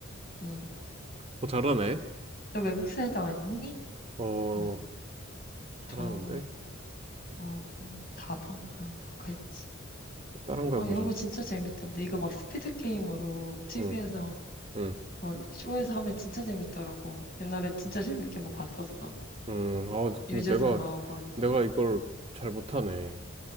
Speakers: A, on the left (about 50°); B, on the right (about 30°).
A: 응.
B: 어, 잘하네.
A: 너 외국 살다 왔니?
B: 어,
A: 응.
B: 잘하는데?
A: 더, 더, 뭐, 다방, 아, 아까 했지.
B: 또 다른 거
A: 아,
B: 해보자.
A: 이런 거 진짜 재밌던데. 이거 막 스피드 게임으로 TV에서,
B: 응, 응,
A: 막 쇼에서 하면 진짜 재밌더라고. 옛날에 진짜 재밌게 뭐 봤었어.
B: 응. 아, 근데
A: 유재석
B: 내가,
A: 나오고 하는
B: 내가
A: 거.
B: 이걸 잘 못하네.